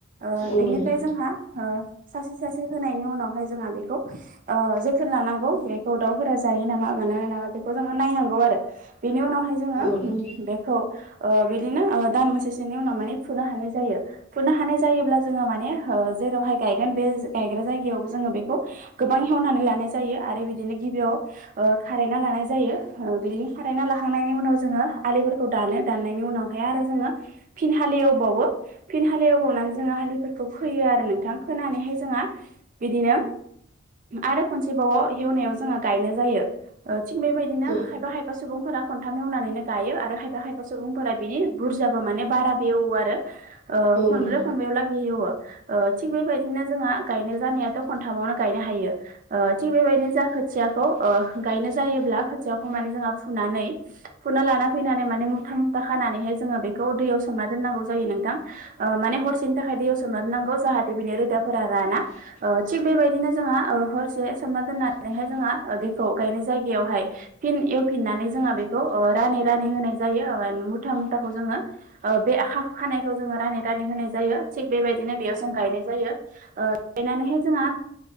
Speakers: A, on the right (about 40°); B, on the left (about 35°).
A: ओ
B: औ
A: बिनिफ्राय
B: नोंथां
A: जोंहा ओ सासे सासे होनायनि उनावहाय जोंहा बेखौ ओ जोथोन लानांगौ थ दाउफोरा जायो नामा मानोना बेखौ जोंङो नायनांगौ आरो बेनि उनावहाय जोंङो
B: औ नोंथां
A: बेखौ बिदिनो दान मोनसेसोनि उनाव माने फुनो हानाय जायो फुनो हानाय जायोब्ला जोङो माने जेरावहाय गायगोन बे गायग्रा जायगायावबो जोंङो बेखौ गोबां हेवनानै लानाय जायो आरो बिदिनो गिबियाव ओ खारायना लानाय जायो ओ बिदिनो खारायना लाखांनायनि उनाव जोंङो आलिफोरखौ दानो दाननायनि उनावहाय आरो जोंङो फिन हालेवबावो फिन हालिव गावनानै जोंङो हालिफोरखौ खोयो आरो नोंथां खोनानैहाय जोंङोहाय बिदिनो आरो खनसेबावो हेवनायाव जोंङो गायनाय जायो थिग बेबायदिनो
B: औ
A: हायफा खायफा खायफा सुबुंफोरा खन्थाम एवनानैनो गायो आरो खायफा खायफा सुबुंफोरा बिदि बुरजाबो माने बारा बेवो आरो। ओ
B: औ
A: खनब्रै
B: नोंथां
A: खनबायाव लागि हेवो। ओ थिग बेबायदिनो जोंहा गायनाय जानायाथ' खनथामावनो गायनो हायो ओ थिग बेबायदिनो जाखो खोथियाखौ ओ गायनो जायोब्ला खोथियाखौ माने जोंहा फुनानै फुना लाना फैनानै माने मुथा मुथा खानानैहाय जोंङो बेखौ दैयाव सोमना दोननांगौ जायो नोंथां। ओ माने हरसेनि थाखाय दैयाव सोमार नांगौ जाहाथे बिनि रोदाफोरा राना। ओ थिग बेबायदिनो जोंहा हरसे सानना दोननानै हाय जोंहा दैखौ गायनाय जायगायावहाय फिन एवफिननानै जोंहा बेखौ ओ रानै रानै होनाय जायो मुथा मुथाखौ जोङो। ओ बे आखा खानायखौ जोंङो रानै रानै होनाय जायो थिग बेबायदिनो बेयाव जों गायनाय जायो। ओ गायनानैहाय जोंहा